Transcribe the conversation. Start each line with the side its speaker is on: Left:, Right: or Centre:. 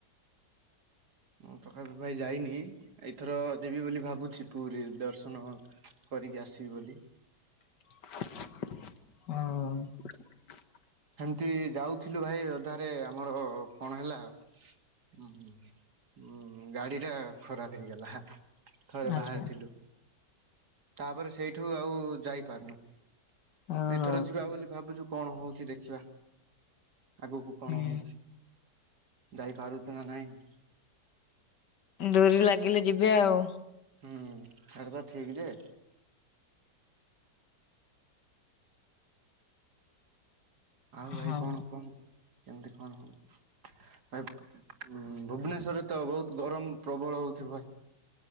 Right: ମୁଁ ପାଖାପାଖି ଭାଇ ଯାଇନି ଏଇଥର ଯିବି ବୋଲି ଭାବୁଛି ପୁରୀ ଦର୍ଶନ କରିକି ଆସିବି ବୋଲି।
Left: ହଁ।
Right: ହେମିତି ଯାଉଥିଲୁ ଭାଇ ଅଧାରେ ଆମର କଣ ହେଲା ଉଁ ଉଁ ଗାଡି ଟା ଖରାପ ହେଇଗଲା ଥରେ
Left: ଆଚ୍ଛା
Right: ବାହାରିଥିଲୁ। ତାପରେ ସେଇଠୁ ଆଉ ଯାଇପାରୁନୁ।
Left: ହଁ।
Right: ଏଥର ଯିବା ବୋଲି ଭାବୁଛୁ କଣ ହଉଛି ଦେଖିବା ଆଗକୁ କଣ
Left: ହୁଁ।
Right: ହଉଚି? ଯାଇପାରୁଛୁ ନା ନାଇଁ।
Left: ଡୋରି ଲାଗିଲେ ଯିବେ ଆଉ।
Right: ହୁଁ ହେଟା ତ ଠିକ୍ ଯେ ଆଉ ଭାଇ
Left: ହଁ।
Right: କଣ କୁହନ୍ତୁ କେମିତି କଣ ହଉ। ଭାଇ ଭୁବନେଶ୍ୱରେ ତ ବହୁତ ଗରମ ପ୍ରବଳ ହଉଥିବ ଭାଇ?